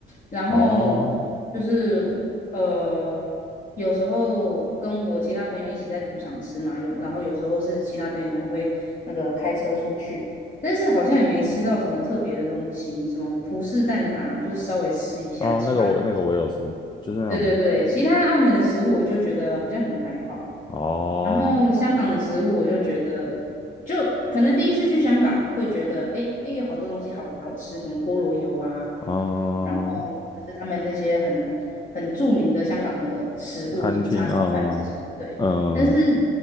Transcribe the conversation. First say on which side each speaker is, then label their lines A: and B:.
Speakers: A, on the left; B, on the left.
A: 然后
B: 哦，
A: 就是呃，有时候跟我其他朋友一起在赌场吃嘛，有然后有时候是其他朋友他们会那个开车出去，但是好像也没吃到什么特别的东西，什么葡式蛋挞就是稍微吃一下，
B: 啊，
A: 其他的
B: 那个我那个我有吃，就是那种
A: 对对对，嗯其他澳门的食物我就觉得好像很还好。
B: 哦，
A: 然后香港的食物，我就觉得，就可能第一次去香港会觉得，哎，诶有好多东西好好吃，什么菠萝油啊，
B: 嗯、
A: 然后就是他们那些很很著名的香港的食物，
B: 餐厅，
A: 什么叉烧饭这些，
B: 嗯、
A: 对。
B: 嗯、
A: 但是